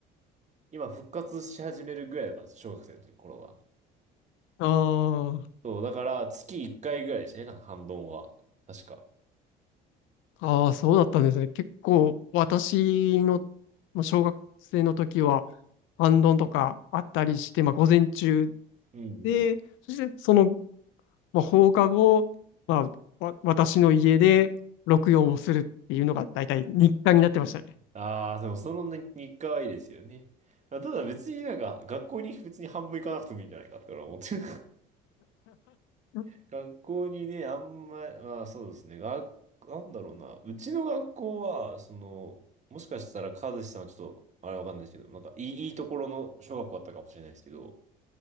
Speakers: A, on the right (about 35°); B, on the left (about 70°).
A: 今復活し始めるぐらいだったんです小学生の時頃は。
B: あ、ああ、
A: そう、だから月1回ぐらいですね、なんか反動は。確か。
B: ああ、そうだったんですね。結構、私の、まあ小学生の時は、アンドンとかあったりして、まあ、午前中
A: うん
B: で、そして、そのまあ、放課後、まあ、わ、私の家で録音をするっていうのが大体日課になってましたね。
A: ああ、でもその日日課はいいですよね。あただ別になんか学校に別に半分行かなくてもいいんじゃないかって俺は思ってる。<laughs>
B: うん
A: 学校にね、あんま、まあそうですね。が、なんだろうな。うちの学校は、その、もしかしたら和志さんはちょっと、あれわかんないですけど、なんかいい、いいところの小学校だったかもしれないですけど、